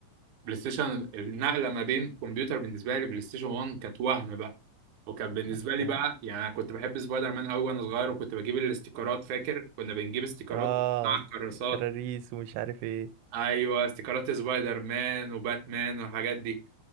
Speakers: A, on the right; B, on the right.
A: بلاي ستيشن النقلة ما بين كمبيوتر بالنسبة لي بلاي ستيشن 1 كانت وهم بقى وكان بالنسبة
B: انت
A: لي بقى يعني أنا كنت بحب سبايدر مان قوي وأنا صغير وكنت بجيب الاستيكرات فاكر كنا بنجيب استيكرات
B: اه
A: ونقطع الكراسات
B: كراريس ومش عارف ايه
A: أيوه استيكرات سبايدر مان وباتمان والحاجات دي